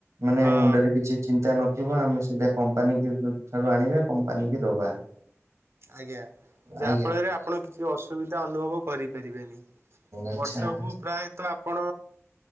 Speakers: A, on the right; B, on the right.
A: ମାନେ
B: ହଁ
A: ମୁଣ୍ଡରେ କିଛି ଚିନ୍ତା ନଥିବ ଆମେ ସିଧା କମ୍ପାନୀ କି ଠାରୁ ଆଣିବା କମ୍ପାନୀ କି ଦବା।
B: ଆଜ୍ଞା ଯାହା
A: ଆଜ୍ଞା
B: ଫଳରେ ଆପଣ କିଛି ଅସୁବିଧା ଅନୁଭବ କରିପାରିବେନି
A: ଆଚ୍ଛା
B: ବର୍ଷକୁ ପ୍ରାୟତ ଆପଣ